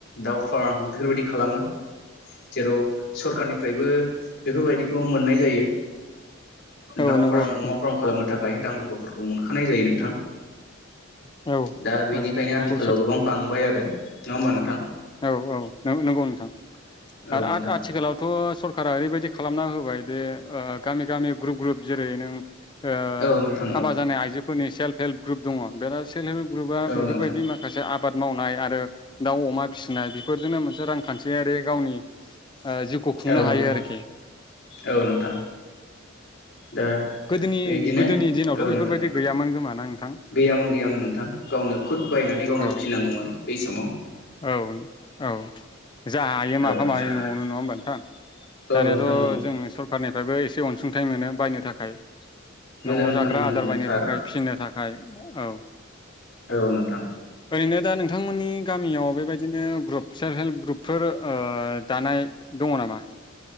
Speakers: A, on the left; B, on the left.
A: दाउ फार्म बेफोरबायदि खालामो। जेराव सरखारनिफ्रायबो बेफोरबायदिखौ मोननाय जायो।
B: औ
A: दाउ
B: नंगौ
A: फार्म अमा
B: नोंथां
A: फार्म खालामनो थाखाय दायो रां रुफाफोरखौ मोनखानाय जायो नोंथां।
B: औ
A: दा बेनिखायनो
B: औ नंगौ
A: आथिखालाव गोबां थांबाय आरो नङा होमबा नोंथां।
B: औ-औ नंगौ नंगौ नोंथां
A: औ
B: आरो
A: नोंथां
B: आथि आथिखालावथ सरखारा ओरैबायदि खालामना होबाय दे ओ गामि गामि ग्रुप ग्रुप जेरै नों ओ
A: औ नोंथां
B: हाबा जानाय आइजोफोरनि सेल्फ हेल्प ग्रुप दङ बेना सेल्फ हेल्प ग्रुपा
A: औ
B: बेफोरबायदि
A: नोंथां
B: माखासे आबाद मावनाय आरो दाउ अमा फिसिनाय बेफोरजोंनो मोनसे रांखान्थियारि गावनि जिउखौ खुंनो
A: औ
B: हायो
A: नोंथां
B: आरोखि
A: औ नोंथां दा
B: गोदोनि
A: बिदिनो
B: गोदोनि दिनावथ'
A: औ
B: बेफोरबायदि
A: नोंथां
B: गैयामोन खोमा ना नोंथां
A: गैयामोन गैयामोन नोंथां गावनो खुद बायनानै गावनो
B: औ
A: फिनांगौमोन बै समाव।
B: औ औ जा हायो माफा
A: औ नोंथां
B: मानै न'आवनो नङा होमबा नोंथां दानियााथ
A: औ नोंथां औ
B: जों सरखारनि निफ्रायबो एसे अनसुंथाइ मोनो बायनो थाखाय।
A: मोनो
B: न'आव
A: नोंथां
B: जाग्रा
A: मोनो
B: आदार
A: मोनो
B: बायनो
A: थार
B: थाखाय फिनो था खाय औ
A: औ नोंथां
B: ओरैनो दा नोंथांमोननि गामियाव बे बिदिनो ग्रुब सेल्फ हेल्प ग्रुपफोर दानाय दङ नामा?